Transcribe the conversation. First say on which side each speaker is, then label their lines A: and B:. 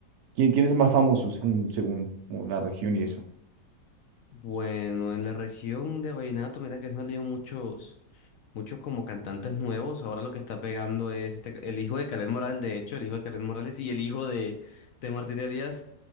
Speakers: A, on the right; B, on the left.
A: ¿Quién, quién es el más famoso según, según como la región y eso?
B: Bueno, en la región de Vallenato, mira que han salido muchos, muchos como cantantes nuevos. Ahora lo que está pegando es este- el hijo de Kaleth Morales, de hecho, el hijo de Kaleth Morales y el hijo de, de Martínez Díaz